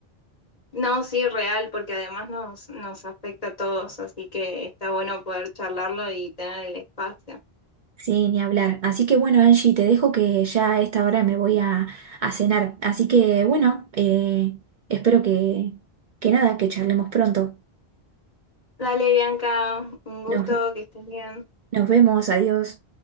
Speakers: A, on the left; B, on the right.
A: No, sí, real, porque además nos, nos afecta a todos, así que está bueno poder charlarlo y tener el espacio.
B: Sí, ni hablar. Así que bueno, Angie, te dejo que ya a esta hora me voy a, a cenar. Así que, bueno, eh, espero que, que nada, que charlemos pronto.
A: Dale, Bianca, un
B: Nos,
A: gusto, que estés bien.
B: nos vemos, adiós.